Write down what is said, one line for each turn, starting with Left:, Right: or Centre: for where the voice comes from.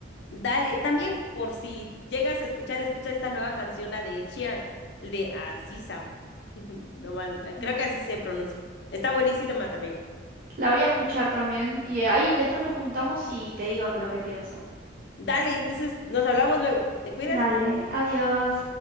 Left: Dale, también por si llegas a escuchar, escucha esta nueva canción, la de Ed Sheeran, el de Así Sam. <laughs> No mal,
Right: Ujú.
Left: creo que así se pronuncia. Está buenísima también.
Right: La voy a escuchar también y ahí después nos juntamos y te digo lo que pienso.
Left: Dale, entonces nos hablamos luego. ¿Te cuidas?
Right: Dale, adiós.